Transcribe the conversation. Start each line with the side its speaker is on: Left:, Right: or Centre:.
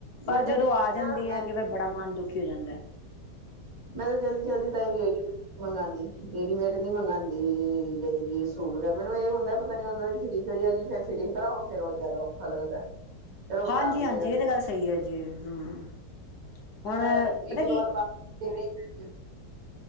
Left: ਪਰ
Right: ਮੈਂ ਤਾਂ
Left: ਜਦੋਂ ਆ ਜਾਂਦੇ
Right: ਮੈਂ
Left: ਆ, ਕਈ ਵਾਰ ਬੜਾ ਮਨ ਦੁਖੀ ਹੋ ਜਾਂਦਾ ਹੈ।
Right: ਮੈਂ ਤਾਂ, ਜਲਦੀ -ਜਲਦੀ ਤਾਂ ਹੀ ਗੇੜੀ ਮੰਗਵਾਉਂਦੀ ਰੇਡੀਮੇਡ ਨਈ, ਮੰਗਵਾਉਂਦੀ ਯਣੀ ਕਿ ਸੂਟ ਮੈਨੂੰ ਇਹ ਹੁੰਦਾ ਪਤਾ ਨੀ ਹੁੰਦਾ ਫਿਟਗ ਨੀ ਹੋਗੀ, ਫਿਟਿੰਗ ਕਰਓ ਫੇਰ ਉਹ ਜ਼ਿਆਦਾ ਔਖਾ ਲੱਗਦਾ। ਫਿਰ ਉਹ
Left: ਹਾਂਜੀ-
Right: ਖਰਾਬ ਹੀ
Left: ਹਾਂਜੀ
Right: ਹੋ ਜਾਂਦੇ
Left: ਇਹ ਤਾਂ
Right: ਨੇ
Left: ਗੱਲ ਸਹੀ, ਹੈ ਜੀ ਹਮ ਹੁਣ
Right: ਅ
Left: ਪਤਾ
Right: ਇੱਕ
Left: ਕੀ
Right: ਦੋ ਵਾਰ ਪਾ ਕੇ ਵੇਖ